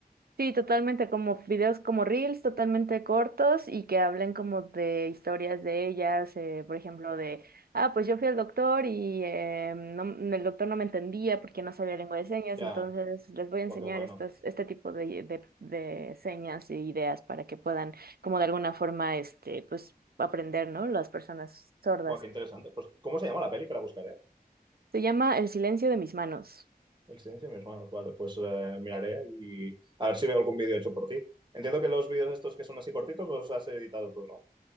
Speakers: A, on the right; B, on the right.
A: Sí, totalmente, como videos como reels, totalmente cortos y que hablen como de historias de ellas, eh, por ejemplo, de, ah, pues yo fui al doctor y eh, no m- el doctor no me entendía porque no sabía lengua de señas,
B: Ya,
A: entonces les voy a
B: guau,
A: enseñar
B: qué bueno.
A: estas, este tipo de, de, de señas e ideas para que puedan como de alguna forma, este, pues aprender, ¿no? Las personas sordas.
B: Guau, qué interesante. Pues, ¿cómo se llama la película? La buscaré.
A: Se llama El silencio de mis manos.
B: El silencio de mis manos, vale, pues eh, miraré y a ver si veo algún vídeo hecho por ti. Entiendo que los vídeos estos que son así cortitos los has editado tú, ¿no?